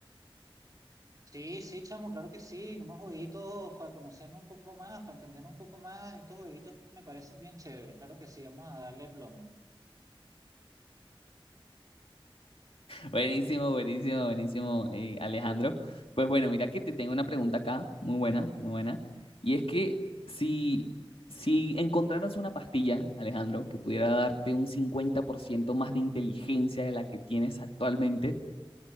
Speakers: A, on the right (about 40°); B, on the left (about 80°).
A: Sí, sí, chamo, claro que sí. Unos jueguitos para conocernos un poco más, para entendernos un poco más. Estos jueguitos me parecen bien chéveres. Claro que sí, vamos a darle plomo.
B: Buenísimo, buenísimo, buenísimo, eh, Alejandro. Pues bueno, mira que te tengo una pregunta acá, muy buena, muy buena. Y es que si, si encontraras una pastilla, Alejandro, que pudiera darte un 50% más de inteligencia de la que tienes actualmente,